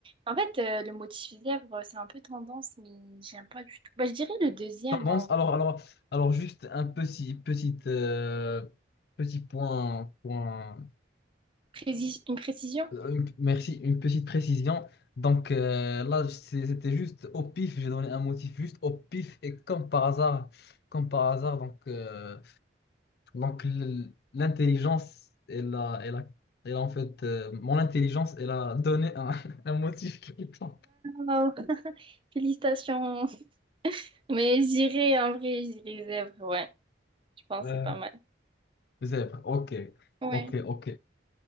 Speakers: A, on the right (about 25°); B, on the left (about 55°).
A: En fait, euh, le motif lèvres, c'est un peu tendance, mais j'aime pas du tout. Bah, je dirais le deuxième,
B: Tendance,
A: en
B: alors, alors, alors juste un petit, petite, euh, petit point, point
A: Prési- une précision?
B: euh, une- merci, une petite précision. Donc euh, là, c'est- c'était juste au pif, j'ai donné un motif juste au pif et comme par hasard, comme par hasard, donc euh, Donc, l- l'intelligence, elle a, elle a, elle a en fait, euh, mon intelligence, elle a donné un, <laughs> un motif qui me tente.
A: Waouh, félicitations. Mais j'irai en vrai, j'irai zèbre, ouais. Je pense
B: Euh,
A: que c'est pas mal.
B: zèbre, ok,
A: Ouais,
B: ok, ok.